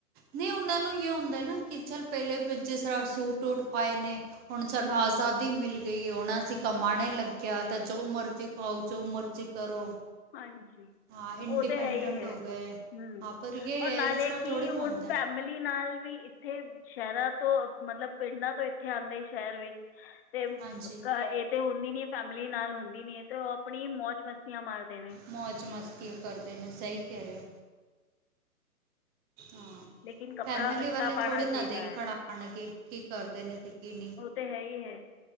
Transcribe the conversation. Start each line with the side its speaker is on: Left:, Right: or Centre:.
Right: ਨਹੀਂ ਉਹਨਾਂ ਨੂੰ ਇਹੋ ਹੁੰਦਾ ਨਾ ਕਿ ਚੱਲ ਪਹਿਲੇ ਜਿਸ ਤਰ੍ਹਾਂ ਸੂਟ ਵੂਟ ਪਾਏ ਨੇ ਹੁਣ ਸਾਨੂੰ ਆਜ਼ਾਦੀ ਮਿਲ ਗਈ ਹੁਣ ਅਸੀਂ ਕਮਾਣੇ ਲੱਗਿਆ ਤੇ ਜੋ ਮਰਜ਼ੀ ਪਾਔ ਜੋ ਮਰਜੀ ਕਰੋ।
Left: ਹਾਂਜੀ
Right: ਹਾਂ ਇੰਡੀਪੈਂਡੈਂਟ
Left: ਉਹ ਤੇ ਹੈ ਹੀ ਹੈ।
Right: ਹੋ ਗਏ ਹਾਂ ਪਰ ਇਹ
Left: ਔਰ ਨਾਲੇ
Right: ਇਸ ਤਰ੍ਹਾਂ
Left: ਕੀ
Right: ਥੋੜ੍ਹੀ ਨਾ
Left: ਹੁਨ
Right: ਹੁੰਦਾ
Left: ਪੈ
Right: ਹੈ।
Left: ਫੈਮਲੀ ਨਾਲ ਵੀ ਇੱਥੇ ਸ਼ਹਿਰਾਂ ਤੋਂ ਮਤਲਬ ਪਿੰਡਾਂ ਤੋਂ ਇੱਥੇ ਆੰਦੇ ਸ਼ਹਿਰ ਵਿੱਚ ਤੇ ਏ
Right: ਹਾਂਜੀ
Left: ਕ ਏ ਤੇ ਹੁੰਦੀ ਨੀ ਫੈਮਿਲੀ ਨਾਲ ਹੁੰਦੀ ਨੀ ਹੈ ਤੇ ਉਹ ਆਪਣੀ ਮੌਜ ਮਸਤਿਆਂ ਮਾਰਦੇ ਨੇ।
Right: ਮੌਜ ਮਸਤੀ ਕਰਦੇ ਨੇ ਸਹੀ ਕਹ ਰਹੇ ਔ ਹਾਂ।
Left: ਲੇਕਿਨ ਕੱਪੜਾ
Right: ਫੈਮਿਲੀ
Left: ਅੱਛਾ
Right: ਵਾਲੇ
Left: ਪਾਉਣਾ
Right: ਥੋੜੇ
Left: ਚਾਹੀਦਾ
Right: ਨਾ ਦੇਖਣ
Left: ਹੈ
Right: ਆਣਗੇ ਕੀ ਕਰਦੇ ਨੇ ਤੇ ਕੀ ਨਹੀਂ
Left: ਉਹ ਤੇ ਹੈ ਹੀ ਹੈ